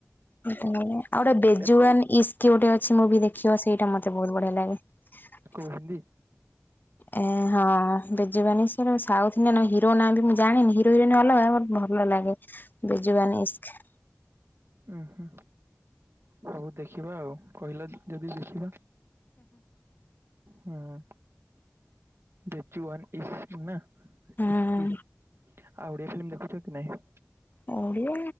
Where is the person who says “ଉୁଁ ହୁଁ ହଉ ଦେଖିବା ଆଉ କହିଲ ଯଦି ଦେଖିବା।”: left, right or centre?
Right